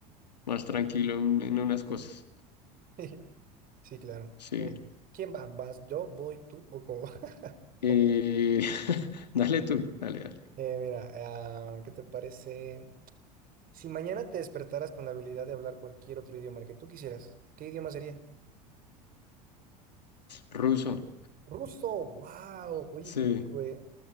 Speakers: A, on the left (about 80°); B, on the right (about 45°).
A: más tranquilo en, en unas cosas,
B: <laughs> sí, claro.
A: sí.
B: Eh, ¿Quién va? ¿Vas yo? ¿Voy tú? ¿O cómo va? <laughs>
A: Y
B: ¿Cómo?
A: <laughs> dale tú, dale, dale.
B: Eh, mira, ah, ¿qué te parece? Si mañana te despertaras con la habilidad de hablar cualquier otro idioma, el que tú quisieras, ¿qué idioma sería?
A: Ruso,
B: Ruso, wow. Oye,
A: sí.
B: qué loco, ¿eh?